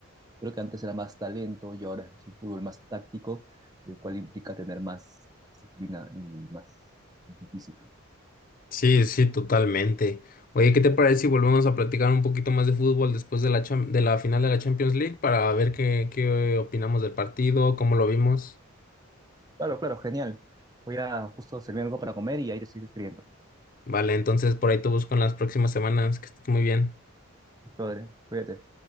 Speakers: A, on the right; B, on the left.
A: Creo que antes era más talento y ahora es un fútbol más táctico, el cual implica tener más disciplina y más física.
B: Sí, sí, totalmente. Oye, ¿qué te parece si volvemos a platicar un poquito más de fútbol después de la cham- de la final de la Champions League para ver qué, qué opinamos del partido, cómo lo vimos?
A: Claro, claro, genial. Voy a justo servir algo para comer y ahí te sigo escribiendo.
B: Vale, entonces por ahí te busco en las próximas semanas. Que estés muy bien.
A: Listo, Adrián, cuídate.